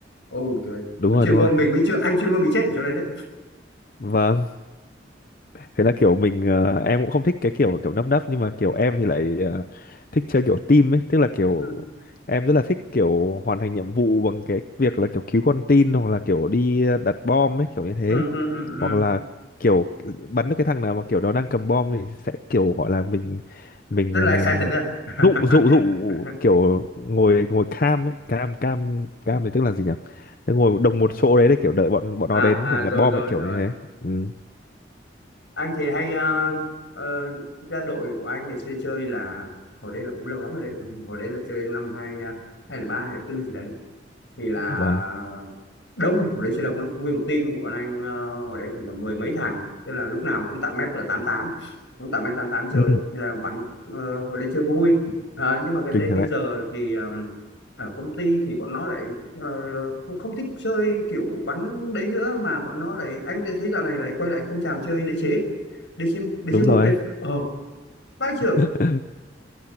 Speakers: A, on the left (about 80°); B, on the left (about 50°).
A: ô buồn cười
B: đúng
A: mà
B: rồi
A: chuyên
B: đúng
A: môn
B: rồi
A: mình bị chưa anh chuyên môn bị chết ở chỗ đấy đấy
B: vâng thế là kiểu mình ờ, em cũng không thích cái kiểu kiểu nấp nấp nhưng mà kiểu em thì lại ờ, thích chơi kiểu team ấy tức là kiểu
A: ừ
B: em rất là thích kiểu hoàn thành nhiệm vụ bằng cái việc là kiểu cứu con tin hoặc là kiểu đi ờ, đặt bom ấy kiểu như thế
A: ừ ừ ừ ừ.
B: hoặc là kiểu bắn được cái thằng nào mà kiểu nó đang cầm bom thì sẽ kiểu gọi là mình mình
A: rất
B: ờ,
A: là excited đấy à
B: dụ dụ dụ
A: <laughs>
B: kiểu ngồi ngồi cam ấy cam cam cam thì tức là gì nhỉ Tức ngồi đồng một chỗ đấy để kiểu đợi bọn bọn
A: à
B: nó đến
A: à
B: kiểu nhặt
A: rồi
B: bom
A: rồi
B: ấy kiểu
A: rồi
B: như thế ừ,
A: anh thì hay ờ, ờ, thực ra đội của anh ngày xưa chơi là hồi đấy là cũng lâu lắm rồi đấy hồi đấy là chơi năm hai hai là ba hay là tư gì đấy vì là
B: vâng
A: đông hồi đấy chơi đông lắm nguyên một team của bọn anh ờ, hồi đấy khoảng tầm mười mấy thằng thế là lúc nào cũng tạo map là tám tám cũng tạo map tám tám chơi
B: Ừ.
A: Thế là bắn ờ, hồi đấy chơi vui Ờ, nhưng mà gần
B: kinh
A: đây bây
B: thật đấy
A: giờ thì ờm, ở công ty thì bọn nó lại ờ, không không thích chơi kiểu bắn đấy nữa mà bọn nó lại anh đã thấy dạo này lại quay lại phong trào chơi đế chế đế chế đế
B: đúng
A: chế một
B: rồi
A: đấy ờ vai trưởng
B: anh <laughs>